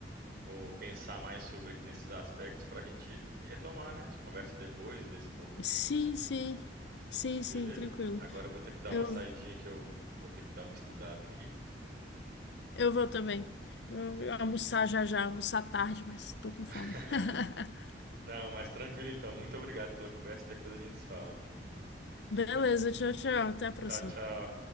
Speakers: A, on the right (about 60°); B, on the left (about 70°).
A: vou pensar mais sobre aqui nesses aspectos para a gente retomar, né? Essa conversa depois desse ponto aqui,
B: Sim, sim. Sim,
A: beleza?
B: sim, tranquilo.
A: Agora eu vou ter que dar
B: Eu.
A: uma saidinha que eu vou ter que dar uma estudada aqui.
B: Eu vou também. Eu eu almoçar já já, almoçar tarde, mas tô com fome.
A: <laughs>
B: <laughs>
A: Não, mas tranquilo então. Muito obrigado pela conversa. e Depois a gente se fala.
B: Beleza, tchau, tchau. Até a próxima.
A: Tchau, tchau.